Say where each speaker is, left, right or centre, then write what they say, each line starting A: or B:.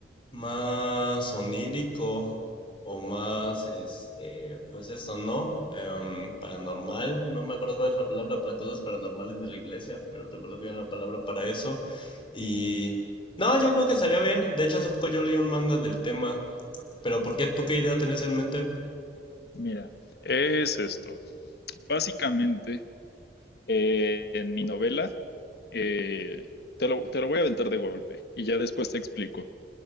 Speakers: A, on the left; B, on the left.
A: Más onírico o más, este, pues esto, ¿no? Em, paranormal, no me acuerdo cuál es la palabra para cosas paranormales de la iglesia, pero recuerdo que había una palabra para eso. Y no, yo creo que estaría bien. De hecho, hace poco yo leí un manga del tema, pero ¿por qué tú qué idea tenés en mente?
B: Mira, es esto. Básicamente, eh, en mi novela, eh, te lo, te lo voy a aventar de golpe y ya después te explico.